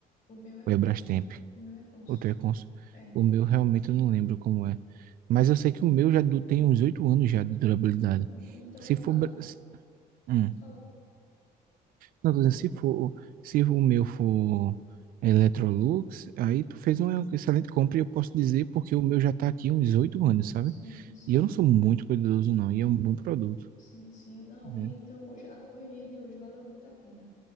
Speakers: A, on the left (about 50°); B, on the right (about 60°).
A: O meu é
B: Ou
A: Consul.
B: é Brastemp.
A: O meu é Consul.
B: Ou tu é Consul.
A: É,
B: O meu realmente eu não lembro como é. Mas eu sei que o meu já du- tem uns oito anos já de durabilidade.
A: pronto. Então,
B: Se for.
A: a...
B: Bra- se- hum.
A: fala.
B: Não, tô dizendo, se for, se o meu for Electrolux, aí tu fez uma excelente compra e eu posso dizer porque o meu já tá aqui há uns oito anos, sabe?
A: Sim, sim.
B: E eu não sou muito cuidadoso, não, e é um bom produto,
A: Sim, sim. Não,
B: né?
A: e então hoje a correria de hoje valeu muito a pena.